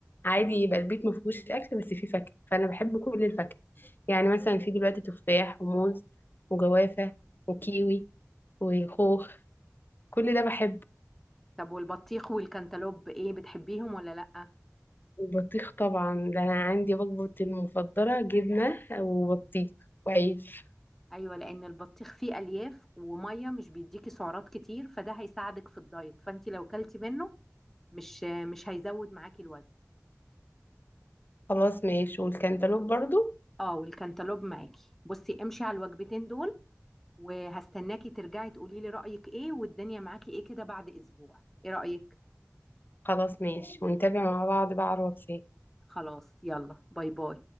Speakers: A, on the left; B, in the centre.
A: عادي يبقى البيت ما فيهوش اكل بس فيه فاكهه فانا بحب كل الفاكهه يعني مثلا في دلوقتي تفاح وموز وجوافه وكيوي وخوخ كل ده بحبه
B: طب والبطيخ والكنتالوب ايه بتحبيهم ولا لا
A: والبطيخ طبعا ده انا عندي وجبتي المفضله جبنه وبطيخ وعيش
B: ايوه لان البطيخ فيه الياف وميه مش بيديكي سعرات كتير فده هيساعدك في الدايت فانت لو كلتي منه مش مش هيزود معاكي الوزن
A: خلاص ماشي والكنتالوب برضو
B: اه والكنتالوب معاكي بصي امشي على الوجبتين دول وهستناكي ترجعي تقولي لي رأيك ايه والدنيا معاكي ايه كده بعد اسبوع ايه رأيك
A: خلاص ماشي ونتابع مع بعض بقى على الواتساب
B: خلاص يلا باي باي